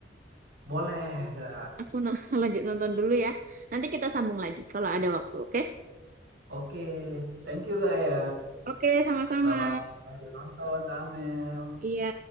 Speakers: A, on the right (about 75°); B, on the right (about 45°).
A: boleh, Kak.
B: Aku no- <laughs> lanjut nonton dulu ya. Nanti kita sambung lagi kalau ada waktu, oke?
A: Oke, thank you, Kak, ya.
B: Oke, sama-sama.
A: Selamat lanjut nonton, Kak Amel.
B: Iya.